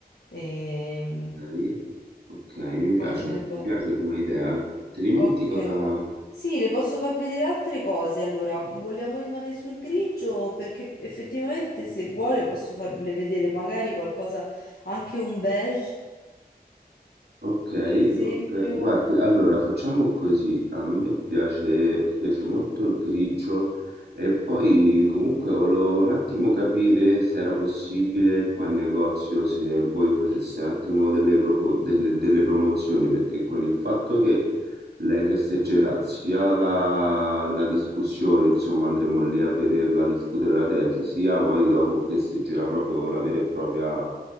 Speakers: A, on the left; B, on the right.
A: Ehm,
B: Ok, ok, mi piace,
A: cosa ne pensi?
B: mi piace come idea. Altrimenti
A: Ok.
B: cosa...
A: Sì, le posso far vedere altre cose. Allora, vogliamo rimanere sul grigio? Perché effettivamente, se vuole, posso farle vedere magari qualcosa, anche un beige,
B: Ok,
A: per esempio.
B: ok. Guardi, allora facciamo così. A me piace, piace molto il grigio e poi comunque volevo un attimo capire se era possibile qua in negozio se voi faceste un attimo delle, profo- delle- delle promozioni, perché con il fatto che lei festeggerà sia la, la discussione, insomma, andremo lì a vederla discutere la tesi, sia poi dopo festeggerà proprio la vera e propria,